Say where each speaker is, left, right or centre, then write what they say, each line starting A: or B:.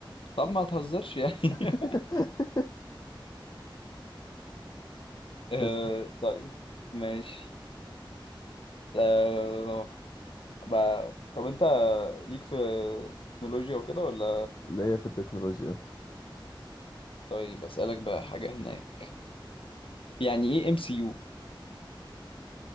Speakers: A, on the left; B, on the left.
A: طب ما تهزرش يعني
B: <laughs>
A: <laughs> آه،
B: اسأل
A: طيب ماشي آه، بقى- طب أنت ليك في تكنولوجيا وكده ولا
B: اللي هي في التكنولوجيا
A: طيب أسألك بقى حاجة هناك يعني إيه ام سي يو؟